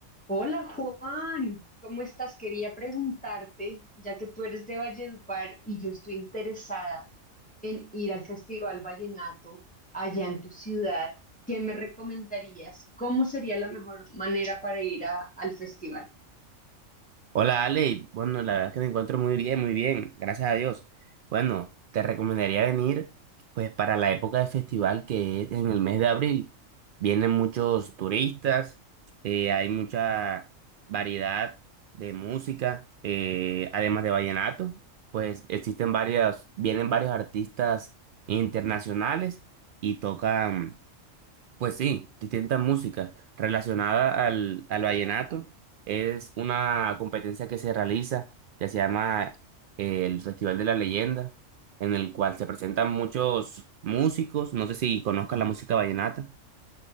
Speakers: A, in the centre; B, on the right.
A: Hola Juan, ¿cómo estás? Quería preguntarte, ya que tú eres de Valledupar y yo estoy interesada en ir al Festival Vallenato allá en tu ciudad, ¿qué me recomendarías? ¿Cómo sería la mejor manera para ir a- al festival?
B: Hola Ale, bueno, la verdad es que me encuentro muy bien, muy bien, gracias a Dios. Bueno, te recomendaría venir pues para la época de festival que es en el mes de abril. Vienen muchos turistas, eh, hay mucha variedad de música, eh, además de vallenato, pues existen varias, vienen varios artistas internacionales y tocan pues sí, distintas músicas relacionadas al, al vallenato. Es una competencia que se realiza, que se llama eh, el Festival de la Leyenda, en el cual se presentan muchos músicos. No sé si conozcas la música vallenata.